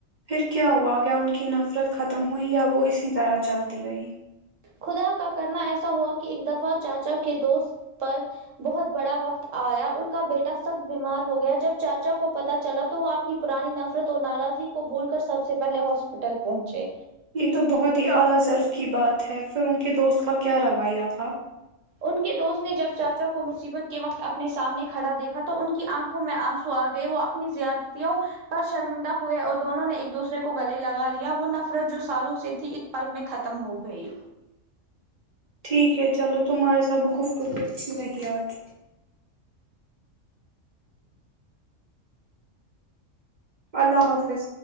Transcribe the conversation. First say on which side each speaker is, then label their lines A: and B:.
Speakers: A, on the right; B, on the right.
A: پھر کیا ہوا کیا ان کی نفرت ختم ہوئی یا وہ اسی طرح چلتی رہی
B: خدا کا کرنا ایسا ہوا کہ ایک دفعہ چاچا کے دوست پر بہت بڑا وقت آیا ان کا بیٹا سخت بیمار ہو گیا جب چاچا کو پتا چلا تو وہ اپنی پرانی نفرت اور ناراضی کو بھول کر سب سے پہلے ہاسپٹل پہنچے
A: یہ تو بہت ہی اعلی‌ضرف کی بات ہے پھر ان کے دوست کا کیا رویہ تھا
B: ان کے دوست نے جب چاچا کو مصیبت کے وقت اپنے سامنے کھڑا دیکھا تو ان کی آنکھوں میں آنسو آ گئے وہ اپنی زیادتیوں پر شرمندہ ہوئے اور دونوں نے ایک دوسرے کو گلے لگا لیا وہ نفرت جو سالوں سے تھی‌ایک پل میں ختم ہو گئی
A: ٹھیک ہے چلو تمہارے ساتھ گفتگو اچھی رہی ہے آج اللہ حافظ